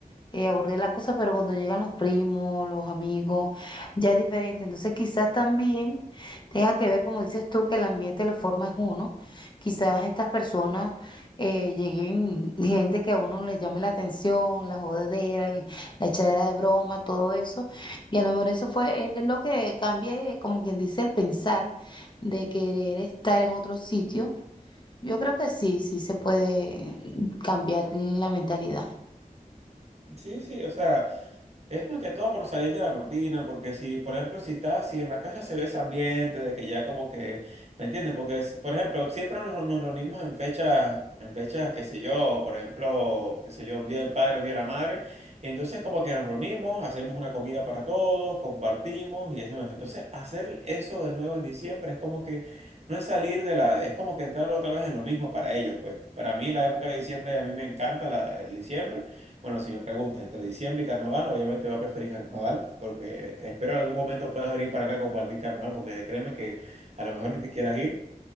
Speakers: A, on the left (about 30°); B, on the right (about 45°).
A: eh, aburrida la cosa, pero cuando llegan los primos, los amigos, ya es diferente. Entonces quizás también tenga que ver, como dices tú, que el ambiente lo forma es uno. Quizás estas personas eh, lleguen gente que a uno le llame la atención, la jodedera, el- la echadera de broma, todo eso. Y a lo mejor eso fue es lo que cambia, eh, como quien dice, el pensar de querer estar en otro sitio. Yo creo que sí, sí se puede cambiar la mentalidad.
B: sí, sí, o sea, Es más que todo por salir de la rutina, porque si, por ejemplo, si estás, si en la casa se ve ese ambiente de que ya como que, ¿me entiendes? Porque, si- por ejemplo, siempre nos, nos reunimos en fechas, en fechas, qué sé yo, por ejemplo, qué sé yo, un día del padre, un día de la madre, y entonces como que nos reunimos, hacemos una comida para todos, compartimos y hacemos. Entonces, hacer eso de nuevo en diciembre es como que no es salir de la, es como que entrar otra vez en lo mismo para ellos, pues. Para mí la época de diciembre, a mí me encanta la, el diciembre. Bueno, si me preguntas entre diciembre y carnaval, obviamente va a preferir carnaval, porque espero en algún momento puedas venir para acá a compartir carnaval, porque créeme que a lo mejor ni te quieras ir,